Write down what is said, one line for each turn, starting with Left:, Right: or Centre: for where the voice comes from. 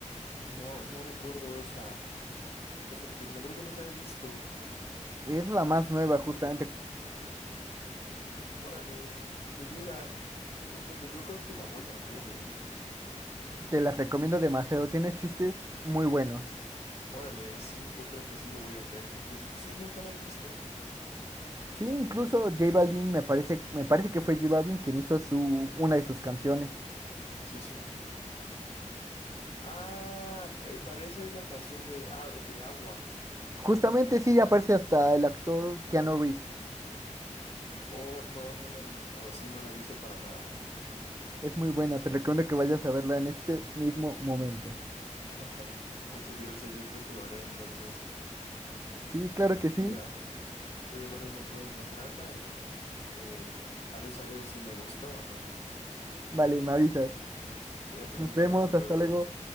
Left: No, no recuerdo esa, esa película. Creo que nunca la he visto.
Right: Es la más nueva justamente,
Left: Órales, pues mira, qué interesante. Yo creo que la voy a ver, ¿eh?
Right: te las recomiendo demasiado, tiene chistes muy buenos.
Left: Órale, sí, yo creo que sí lo voy a hacer, porque sí, sí, nunca la he visto.
Right: Sí, incluso J Balvin me parece, me parece que fue J Balvin quien hizo su, una de sus canciones.
Left: Sí, sí. Ah, eh, para esa es la canción de, A- de Agua.
Right: Justamente sí aparece hasta el actor Keanu Reeves.
Left: Oh, no, no la he visto, sí, no la he visto para nada.
Right: Es muy buena, te recomiendo que vayas a verla en este mismo momento.
Left: <laughs> Muchas gracias, yo creo que lo haré, entonces
Right: Sí, claro que
Left: voy
Right: sí.
Left: a, voy a ver dónde puedo encontrarla y te haré saber si me gustó o no.
Right: Vale, me avisas.
Left: Cuídate
Right: Nos
Left: mucho,
Right: vemos,
Left: hasta luego.
Right: hasta luego.